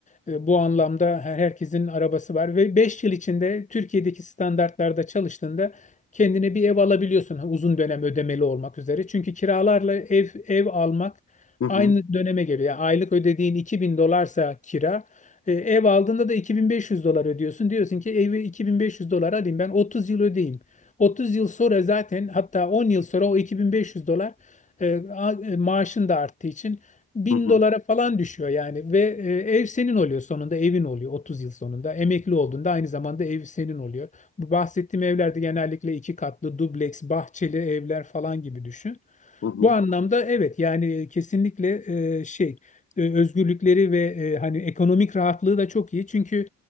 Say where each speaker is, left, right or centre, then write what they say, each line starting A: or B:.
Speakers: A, on the left; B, on the left.
A: e, Bu anlamda her- herkesin arabası var ve 5 yıl içinde Türkiye'deki standartlarda çalıştığında kendine bir ev alabiliyorsun ha, uzun dönem ödemeli olmak üzere. Çünkü kiralarla ev ev almak
B: Hı hı,
A: aynı döneme geliyor. Yani aylık ödediğin 2000 dolarsa kira, e, ev aldığında da 2500 dolar ödüyorsun. Diyorsun ki evi 2500 dolar alayım ben 30 yıl ödeyeyim. otuz yıl sonra zaten hatta 10 yıl sonra o 2500 dolar e, a- e, maaşın da arttığı için bin
B: hı hı,
A: dolara falan düşüyor yani ve e, ev senin oluyor sonunda evin oluyor 30 yıl sonunda emekli olduğunda aynı zamanda ev senin oluyor. Bu bahsettiğim evlerde genellikle iki katlı dubleks bahçeli evler falan gibi düşün.
B: hı hı.
A: Bu anlamda evet yani kesinlikle e, şey e, özgürlükleri ve e, hani ekonomik rahatlığı da çok iyi çünkü